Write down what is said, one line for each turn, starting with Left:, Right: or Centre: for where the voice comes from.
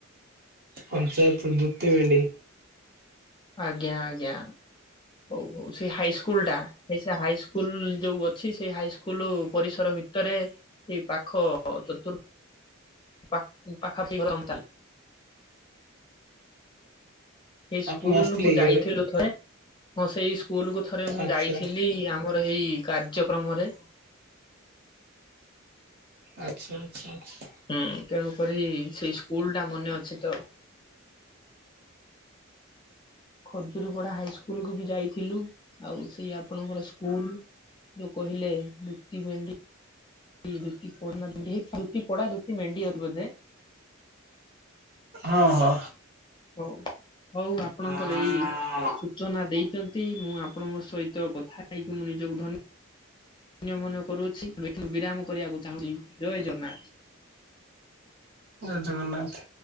Right: ପଞ୍ଚାୟତ ଦୂତି ଭେଣ୍ଡି
Left: ଆଜ୍ଞା ଆଜ୍ଞା। ହଉ ହଉ ସେ ହାଇସ୍କୁଲ ଟା ସେ ସେ ହାଇସ୍କୁଲ ଯୋଉ ଅଛି ସେଇ ହାଇସ୍କୁଲ ପରିସର ଭିତରେ ସେଇ ପାଖ ଚତୁର ପା ପାଖାପାଖି ଘର <unintelligible>
Right: <inaudible>
Left: ହେଇ ସ୍କୁଲ
Right: ଆପଣ ଆସିଥିଲେ
Left: କୁ
Right: କି
Left: ଯାଇଥିଲୁ
Right: କେବେ
Left: ଥରେ ହଁ ସେଇ ସ୍କୁଲ କୁ ଥରେ ମୁଁ
Right: ଆଚ୍ଛା
Left: ଯାଇଥିଲି ଆମର ଏଇ କାର୍ଯ୍ୟକ୍ରମରେ
Right: ଆଛା ଆଛା ଆଛ।
Left: ହୁଁ ତେଣୁ କରି ସେଇ ସ୍କୁଲ ଟା ମନେ ଅଛି ତ। ଖଜୁରୀପଡା ହାଇସ୍କୁଲକୁୁ ବି ଯାଇଥିଲୁ ଆଉ ସେଇ ଆପଣଙ୍କର ସ୍କୁଲ ଯୋଉ କହିଲେ ଲୁତି ଭେଣ୍ଡି ଇ ଦୁତି ପଡନା <unintelligible> ଦୁତି ପୋଡ଼ା ଦୁତି ଭେଣ୍ଡି ଅଛି ବୋଧେ
Right: ହଁ ହ।
Left: ହଉ ହଉ ଆପଣଙ୍କର
Right: ଜୟ
Left: ଏଇ ସୂଚନା ଦେଇ ଚନ୍ତି ମୁଁ ଆପଣଙ୍କ ସହିତ କଥା ହେଇକି ମୁଁ ନିଜକୁ ଧନ୍ୟ ନ୍ୟ ମନେ କରୁଅଛି ମୁଁ ବିରାମ କରିବାକୁ ଚାହୁଁଛି ଜୟ ଜଗନ୍ନାଥ।
Right: <inaudible> ଜୟ ଜଗନ୍ନାଥ।